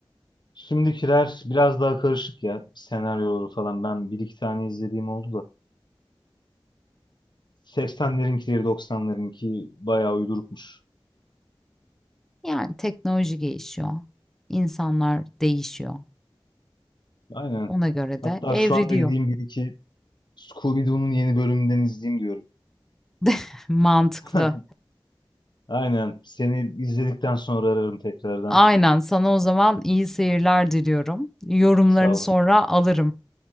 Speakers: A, on the left; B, in the centre.
A: Şimdikiler biraz daha karışık ya senaryoları falan. Ben bir iki tane izlediğim oldu da. 80'lerinkileri 90'larınki bayağı uydurukmuş.
B: Yani teknoloji gelişiyor, insanlar değişiyor.
A: Aynen.
B: Ona göre
A: Hatta
B: de evriliyor.
A: şu anda gideyim bir iki Scooby-Doo'nun yeni bölümünden izleyeyim diyorum.
B: <laughs> Mantıklı.
A: <laughs> Aynen. Seni izledikten sonra ararım tekrardan.
B: Aynen. Sana o zaman iyi seyirler diliyorum. Yorumlarını
A: Ha, sağ olun.
B: sonra alırım.